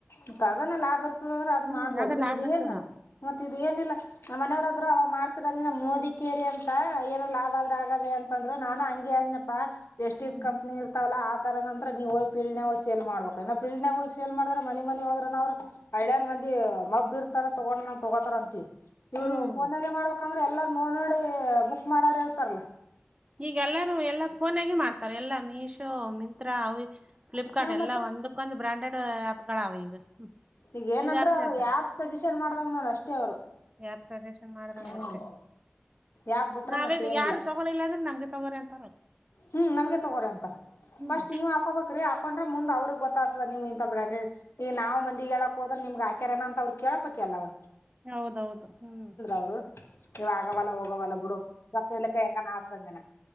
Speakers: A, on the left (about 70°); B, on the right (about 25°).
A: ಮತ್ತ ಅದನ್ನ ಲಾಭ ಇರ್ತದ ಅಂದ್ರೆ ಅದ್
B: ಹ್ಮ್
A: ಮಾಡ್ಬೋದ್ರಿ
B: ಅದ ಲಾಭ
A: ಇದ
B: ಇರ್ತದ
A: ಏನಲ್ಲ ಮತ್ತತ್ ಇದ್ ಏನಿಲ್ಲಾ ನಮ್ಮ ಮನೆಯವ್ರ ಅಂದ್ರರು ಮಾಡ್ತರ ನಮ್ಮ ಮೋದಿ ಕೇರಿ ಅಂತ ಏನ ಲಾಭ ಆದ್ರರು ಆಗದ ಅಂತಂದ್ರರು ನಾನು ಹಂಗ <unintelligible> <unintelligible> ವೆಸ್ಟ್ಂಡಸ್
B: ಹ್ಮ್
A: ಕಂಪನಿ ಇರ್ತಾವಲ್ಲ ಆ ತರ ನಂತ್ರ ನೀವು ಹೋಗಿ ಫೀಲ್ಡ್ ಸೇಲ್ ಮಾಡಬೇಕ ಪೀಡ್ ಹೋಗಿ ಸಲ್ ಮಾಡ್ರ ಮನ ಮನಿ ಹೋದ್ರ ಅವ್ರು ಹಳ್ಳೇ ಮಂದಿ ಮಬ್ಬ ಇರ್ತಾರ ತಗೊಂಡ ನಾನ್ ತಗೋತಾರ ಅಂತ <inaudible> ಇವರು
B: ಹ್ಮ್
A: ಪೋನಾಗೆ ಮಾಡ ಯಾಕಂದ್ರೆ ಎಲ್ಲಾರ ನೋಡ್ ನೋಡಿ ಬುಕ್ ಮಾಡಾರ ಇರ್ತಾರಲ
B: ಈಗೆಲ್ಲಾನ ಎಲ್ಲಾ ಫೋನ್ಗ ಮಾಡ್ತಾರೆ ಎಲ್ಲಾ ಮೀಶೋ ಮಿಂತ್ರಾ ಅವ ಫ್ಲಿಪ್ಕಾರ್ಟ್
A: ಹಾ
B: ಎಲ್ಲಾ
A: ಮತ್ತ
B: ಒಂದಕ್ಕೊಂದು ಬ್ರಾಂಡೆಡ್ ಆ್ಯಪ್ ಗಳಾವೆ ಈಗ
A: ಈಗ ಏನಂದ್ರ
B: ಇದ ಯಾರ್
A: ಅವ್ರು
B: ಕೇಳ್ತಾರ
A: ಯಾಪ್ ಸಜೆಷನ್ ಮಾಡ ಮಾಡದಂಗ ನೋ ಅಷ್ಟೇ ಅವರು
B: <inaudible>
A: ಹ್ಮ್
B: ಅಷ್ಟೇ
A: ಯಾಕ್ ಬಿಟ್ರ
B: ನಾವೇ
A: ಮತ್ತೆ ಏನಿಲ್ಲ
B: ಯಾರು ತಗೊಳಿಲ್ಲ ಅಂದ್ರೆ ನಮ್ಗೆ ತಗೋರಿ ಅಂತಾರ
A: ಹ್ಮ್ ನಮ್ಗೆ ತಗೋರಿ ಅಂತಾರ
B: ಹ್ಮ್
A: ಫಸ್ಟ್ ನೀವ್ ಹಾಕೋಬೇಕ್ರಿ ಹಾಕೊಂಡ್ರೆ ಮುಂದ ಅವ್ರರುಗ್ ಗೊತ್ತಾತದ ನಿಮ್ ಇಂತ ಬ್ರ್ಯಾಂಡೆಡ್ ಈ ನಾವು ಮಂದಿ ಹೇಳಕಕ್ ಹೋದ್ರ ನಿಮ್ಗೆಾಕ್ಯರನ ಅಂತ ಅವ್ರು ಕೇಳೋಬೇಕಕ್ ಅಲ್ವ
B: ಹೌದೌದು ಹ್ಮ್
A: ಅವ್ರು ಇವ ಆಗವಲ್ಲ ಹೋಗವಲ್ಲ ಬಿಡು ಪಕ್ಕ ಇಕ್ಕ ಹೆಂಗಾನ ಆಗ್ತ ಜನ